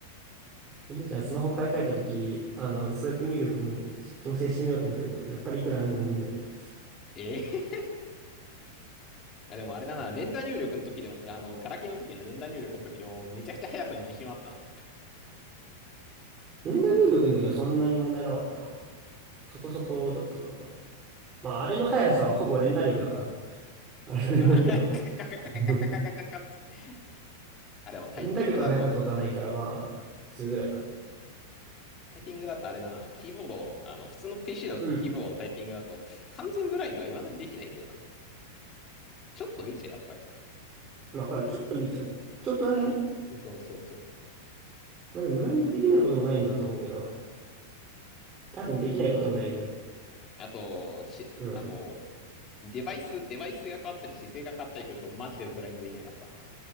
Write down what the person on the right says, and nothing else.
おじいちゃんスマホ買い替えたとき、あの、スワイプ入力に調整してみようと思ったけど、やっぱりいくらなんでも無理だった。
連打入力の時はそんなに問題なかったな。そこそこだったと思う。まあ、あれの速さはほぼ連打力だから。あれだけど。
<laughs>
連打力が速かったことはないから、まあ、2ぐらいかなと。
うん
まあ、わかる。ちょっと見ちゃう。ちょっとだけね。
まあでもブラインドできないこともないんだと思うけど、多分できないこともないぐらい。
うん。